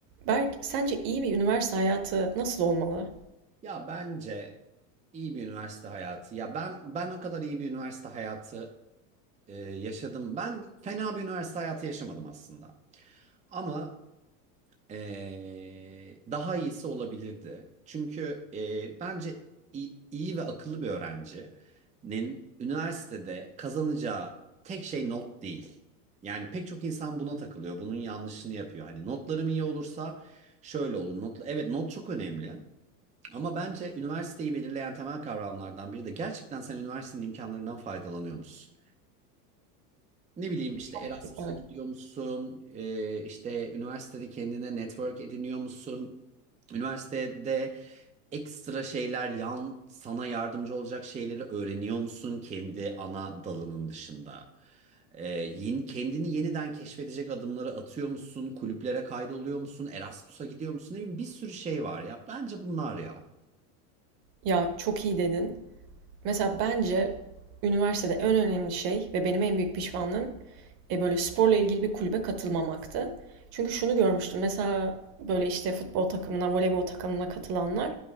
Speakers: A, on the right (about 50°); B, on the right (about 15°).
A: Berk, sence iyi bir üniversite hayatı nasıl olmalı?
B: Ya bence iyi bir üniversite hayatı. Ya ben ben o kadar iyi bir üniversite hayatı e, yaşadım. Ben fena bir üniversite hayatı yaşamadım aslında. Ama e, daha iyisi olabilirdi. Çünkü e, bence iyi, iyi ve akıllı bir öğrencinin üniversitede kazanacağı tek şey not değil. Yani pek çok insan buna takılıyor. Bunun yanlışını yapıyor. Hani notlarım iyi olursa şöyle olur. Not, evet not çok önemli. Ama bence üniversiteyi belirleyen temel kavramlardan biri de gerçekten sen üniversitenin imkanlarından faydalanıyor musun? Ne bileyim işte
A: Çok
B: Erasmus'a
A: iyi, evet.
B: gidiyor musun? Ee, işte üniversitede kendine network ediniyor musun? Üniversitede ekstra şeyler, yan sana yardımcı olacak şeyleri öğreniyor musun kendi ana dalının dışında? Ee, yeni, kendini yeniden keşfedecek adımları atıyor musun? Kulüplere kaydoluyor musun? Erasmus'a gidiyor musun? Ne bileyim bir sürü şey var ya. Bence bunlar ya.
A: Ya çok iyi dedin. Mesela bence üniversitede en önemli şey ve benim en büyük pişmanlığım e, böyle sporla ilgili bir kulübe katılmamaktı. Çünkü şunu görmüştüm. Mesela böyle işte futbol takımına, voleybol takımına katılanlar